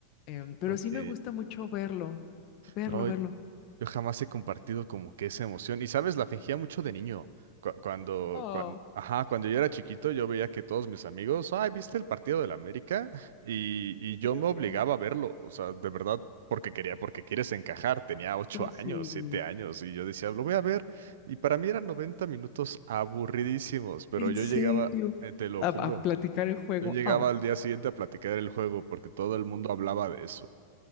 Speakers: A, on the left (about 40°); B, on the right (about 60°).
A: Em, pero
B: Ok.
A: sí me gusta mucho verlo, verlo,
B: No,
A: verlo.
B: Yo jamás he compartido como que esa emoción. Y sabes, la fingía mucho de niño. Cu- Cuando,
A: Oh,
B: cuando, ajá, cuando yo era chiquito, yo veía que todos mis amigos, ay, ¿viste el partido del América? Y, y yo
A: obvio.
B: me obligaba a verlo. O sea, de verdad, porque quería, porque quieres encajar. Tenía ocho
A: Pues sí,
B: años, siete años, y yo decía, lo voy a ver. Y para mí eran 90 minutos aburridísimos, pero
A: en
B: yo
A: serio.
B: llegaba, eh, te lo
A: A,
B: juro,
A: a platicar el juego.
B: yo llegaba
A: oh,
B: al día siguiente a platicar el juego porque todo el mundo hablaba de eso.